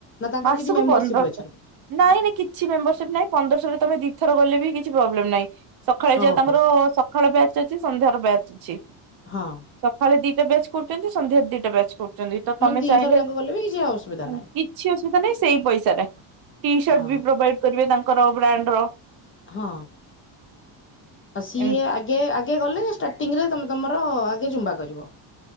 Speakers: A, on the left; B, on the right.
A: ନା ତାଙ୍କର
B: ମାସକୁ
A: କିଛି ମେମ୍ବରସିପ୍
B: ପନ୍ଦରଶହ।
A: ଅଛନ୍ତି?
B: ନାଇଁ ନାଇଁ କିଛି ମେମ୍ବରସିପ ନାଇଁ ପନ୍ଦରଶହରୁ ତମେ ଦି ଥର ଗଲେ ବି କିଛି ପ୍ରବଲେମ୍ ନାଇଁ। ସଖାଳେ
A: ଓହୋ
B: ଯେ ତାଙ୍କର ସଖାଳେ ବ୍ୟାଚ୍ ଅଛି ସନ୍ଧ୍ୟାର ବ୍ୟାଚ୍ ଅଛି।
A: ହଁ।
B: ସକାଳେ ଦିଟା ବ୍ୟାଚ୍ କରୁଚନ୍ତି ସନ୍ଧ୍ୟା ଦିଟା ବ୍ୟାଚ୍। କରୁଚନ୍ତି, ତ ତମେ
A: ଦିଥର
B: ଚାହିଁଲେ
A: ଯାକ ଗଲେ ବି କିଛି
B: <inaudible>
A: ଅସୁବିଧା ନାହିଁ
B: କିଛି ଅସୁବିଧା ନାହିଁ ସେଇ ପଇସାରେ ଟି ସର୍ଟ
A: ହଁ
B: ବି
A: ହଁ।
B: ପ୍ରୋଭାଇଡ କରିବେ ତାଙ୍କର ବ୍ରାଣ୍ଡ ର।
A: ହଁ, ଅ ସିଏ
B: ଏମତି
A: ଆ କ୍ କେ ଆଗେ ଗଲେ ଷ୍ଟାର୍ଟିଂରେ ତମେ ତମର ଆଗେ ଜୁମ୍ବା କରିବ।